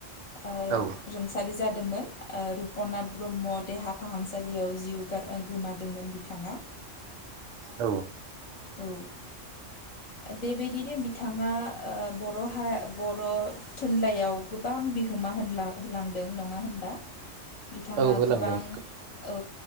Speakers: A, on the left; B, on the right.
A: ओ
B: औ
A: रुंसारि जाद दोंमोन ओ रुप'नाथ ब्रह्म देहा फाहामसालियाव जिउ गा आ गोमादोंमोन बिथाङा।
B: औ
A: औ। बेबायदिनो बिथाङा ओ बर' हा बर' थुनलाइयाव गोबां बिहोमा होनला होलांदों नङा होनबा? बिथाङा
B: औ होलांदों
A: गोबां औ।